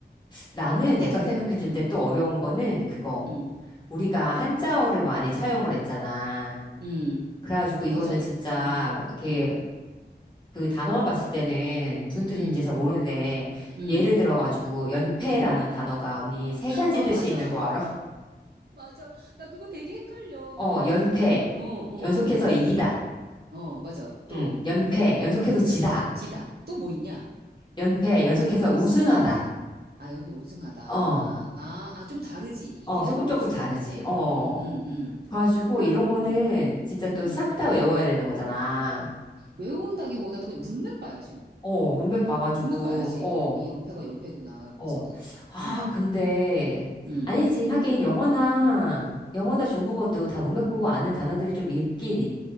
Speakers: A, on the left; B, on the right.
A: 나는
B: 똑같은데.
A: 내가 생각했을
B: 음,
A: 때 또 어려운 거는 그거.
B: 음,
A: 우리가 한자어를 많이 차용을 했잖아.
B: 음.
A: 그래가지고 이거는
B: 맞아.
A: 진짜
B: 음,
A: 이렇게
B: 음,
A: 그 단어만 봤을 때는 무슨 뜻인지
B: 음,
A: 잘 모르는데,
B: 음,
A: 예를 들어가지고, 연패라는
B: 음.
A: 단어가 언니 세 가지
B: 아,
A: 뜻이
B: 맞아.
A: 있는
B: <laughs>
A: 거 알아? <laughs>
B: 맞아. 나 그거 되게 헷갈려.
A: 어,
B: 맨날
A: 연패,
B: 그, 어, 어,
A: 연속해서 이기다.
B: 어, 맞아. 또
A: 응, 연패, 연속해서 지다.
B: 응, 지다. 또 뭐 있냐?
A: 연패, 연속해서 우승하다.
B: 아, 여기서 우승하다. 아,
A: 어,
B: 아, 좀 다르지. 이기다와
A: 어, 조금
B: 우승하다는.
A: 조금 다르지. 어.
B: 응, 응, 응.
A: 그래가지고
B: 그래,
A: 이런 거는
B: 응,
A: 진짜 또
B: 응.
A: 싹 다 외워야 되는 거잖아.
B: 외운다기보다도 그냥 문맥 봐야지, 뭐.
A: 어, 문맥 봐가지고,
B: 어, 문맥 봐야지.
A: 어.
B: 어, 이 연패가 연패구나, 이러면서.
A: 어. 아,
B: 응,
A: 근데,
B: 응,
A: 아니지. 하긴, 영어나, 영어나 중국어도 다 문맥 보고 아는 단어들이 좀 있긴, 있-